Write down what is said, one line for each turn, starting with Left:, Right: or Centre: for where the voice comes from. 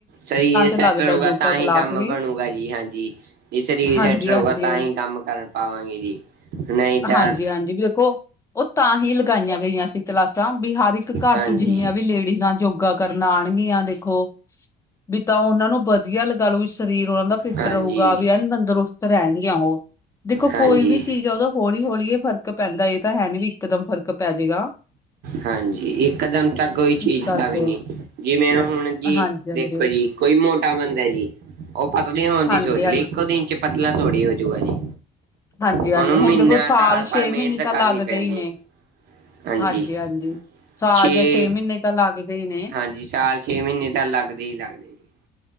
Right: ਸਹੀ ਏ
Left: ਲੱਗਦਾ
Right: ਸੈਟਲ ਹੋ ਗਿਆ
Left: ਯੋਗਾ
Right: ਤਾਂ ਹੀ
Left: ਕਲਾਸ
Right: ਕੰਮ
Left: ਵੀ
Right: ਬਣੂਗਾ ਜੀ ਹਾਂਜੀ। ਜੇ ਸਰੀਰ
Left: ਹਾਂਜੀ
Right: ਸੈਂਟ ਰਹੋਗਾ
Left: ਹਾਂਜੀ
Right: ਤਾਂ ਹੀ ਕੰਮ ਕਰ ਪਾਵਾਂਗੇ ਜੀ। ਨਹੀਂ ਤਾਂ
Left: ਹਾਂਜੀ-ਹਾਂਜੀ ਵੀ ਵੇਖੋ। ਉਹ ਤਾਂ ਹੀ ਲਗਾਈਆਂ ਗਈਆਂ ਸੀ ਕਲਾਸਾਂ, ਵੀ ਹਰ ਇੱਕ ਘਰ
Right: ਹਾਂਜੀ
Left: ਚ, ਜਿੰਨੀਆਂ ਵੀ ਲੇਡੀਜ਼ਾਂ ਯੋਗਾ ਕਰਨ ਆਣਗੀਆਂ, ਦੇਖੋ ਵੀ ਤਾਂ ਉਹਨਾਂ ਨੂੰ ਵਧੀਆ ਲਗਾ ਲਓ, ਵੀ ਸਰੀਰ ਉਹਨਾਂ ਦਾ ਫਿੱਟ
Right: ਹਾਂਜੀ
Left: ਰਹੋਗਾ, ਵੀ ਐਨ ਤੰਦਰੁਸਤ ਰਹਿਣਗੀਆਂ ਉਹ, ਦੇਖੋ
Right: ਹਾਂਜੀ
Left: ਕੋਈ ਵੀ ਚੀਜ਼ ਉਹਦਾ ਹੌਲੀ- ਹੌਲੀ ਫ਼ਰਕ ਪੈਂਦਾ, ਇਹ ਤਾਂ ਹੈ ਨੀ ਵੀ ਇੱਕਦਮ ਫਰਕ ਪੈ ਜੇ ਗਾ।
Right: ਹਾਂਜੀ, ਇਕਦਮ ਤਾਂ ਕੋਈ ਚੀਜ਼
Left: ਇਸ ਕਰਕੇ
Right: ਦਾ ਵੀ ਨਹੀਂ, ਜਿਵੇਂ ਹੁਣ ਜੀ
Left: ਹਾਂਜੀ-ਹਾਂਜੀ,
Right: ਦੇਖੋ ਜੀ, ਕੋਈ ਮੋਟਾ ਬੰਦਾ ਜੀ, ਉਹ ਪਤਲੇ ਹੋਣ ਦੀ
Left: ਹਾਂਜੀ-ਹਾਂਜੀ।
Right: ਸੋਚ ਲਈ ਇੱਕੋ ਦਿਨ ਚ, ਪਤਲਾ ਥੋੜੀ ਹੋਜੋਗਾ ਜੀ।
Left: ਹਾਂਜੀ-ਹਾਂਜੀ
Right: ਉਹਨੂੰ
Left: ਹੁਣ
Right: ਮਹੀਨਾ
Left: ਦੇਖੋ ਸਾਲ ਛੇ
Right: ਪਰ ਮਿਹਨਤ
Left: ਮਹੀਨੇ ਤਾਂ
Right: ਕਰਨੀ
Left: ਲੱਗਦੇ
Right: ਪੈਂਦੀ
Left: ਈ ਨੇ।
Right: ਹੈ ਹਾਂਜੀ
Left: ਹਾਂਜੀ-ਹਾਂਜੀ। ਸਾਲ
Right: ਛੇ,
Left: ਜਾਂ ਮਹੀਨੇ ਤਾਂ ਲੱਗਦੇ ਹੀ ਨੇ
Right: ਹਾਂਜੀ, ਸਾਲ ਛੇ ਮਹੀਨੇ ਤਾਂ ਲੱਗਦੇ ਈ ਲੱਗਦੇ। ਜੀ